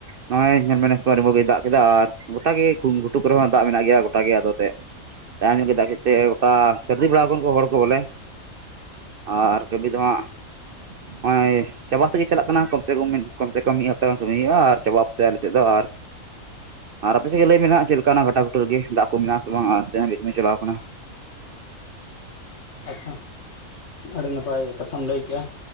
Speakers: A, on the right (about 60°); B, on the left (about 55°).
A: ᱱᱚᱜᱼᱚᱭ ᱧᱮᱞ ᱢᱮ ᱱᱮᱥ ᱫᱚ ᱟᱹᱰᱤ ᱡᱚᱡᱽ ᱜᱮᱭ ᱫᱟᱜ ᱠᱮᱫᱟ ᱟᱨ ᱜᱚᱴ ᱜᱮ ᱠᱩ ᱜᱩ ᱴᱩᱠ ᱨᱮᱦᱚᱸ ᱫᱟᱜ ᱢᱮᱱᱟᱜ ᱜᱮᱭᱟ ᱜᱚᱴᱟᱜ ᱜᱮ ᱟᱫᱚ ᱮᱛᱮᱫ, ᱛᱟᱭ ᱧᱩ ᱠᱮᱫᱟ ᱫᱟᱜ ᱠᱮᱫᱛᱮ ᱜᱚᱴᱟ ᱥᱟᱹᱨᱫᱤ ᱵᱟᱲᱟ ᱟᱠᱟᱱ ᱠᱚ ᱦᱚᱲ ᱠᱚ ᱵᱚᱞᱮ ᱾ ᱟᱨ ᱠᱟᱹᱢᱤ ᱫᱚ ᱦᱟᱸᱜ ᱱᱚᱜᱼᱚᱭ ᱪᱟᱵᱟ ᱥᱮᱫ ᱜᱮ ᱪᱟᱞᱟᱜ ᱠᱟᱱᱟ ᱠᱚᱢ ᱥᱮ ᱠᱚᱢ ᱠᱚᱢ ᱥᱮ ᱠᱚᱢ ᱢᱤᱫ ᱦᱟᱯᱛᱟ ᱜᱟᱱ ᱠᱟᱹᱢᱤ ᱦᱩᱭᱩᱜᱼᱟ ᱟᱨ ᱪᱟᱵᱟᱜ-ᱟ ᱯᱟᱥᱮ ᱟᱞᱮ ᱥᱮᱫ ᱫᱚ ᱟᱨ ᱟᱨ ᱟᱯᱮ ᱥᱮᱫ ᱜᱮ ᱞᱟᱹᱭ ᱢᱮ ᱱᱟᱜ ᱪᱮᱫ ᱞᱮᱠᱟ ᱚᱱᱟ ᱜᱷᱟᱴᱟ ᱜᱩᱴᱩ ᱨᱮᱜᱮ ᱫᱟᱜ ᱠᱚ ᱢᱮᱱᱟᱜ-ᱟ ᱥᱮ ᱵᱟᱝ ᱟᱨ ᱡᱟᱦᱟ ᱦᱟᱵᱤᱡ ᱠᱟᱹᱢᱤ ᱪᱟᱞᱟᱣ ᱠᱟᱱᱟ᱾
B: ᱟᱪᱪᱷᱟ ᱟᱹᱰᱤ ᱱᱟᱯᱟᱭ ᱠᱟᱛᱷᱟᱢ ᱞᱟᱹᱭ ᱠᱮᱜ-ᱟ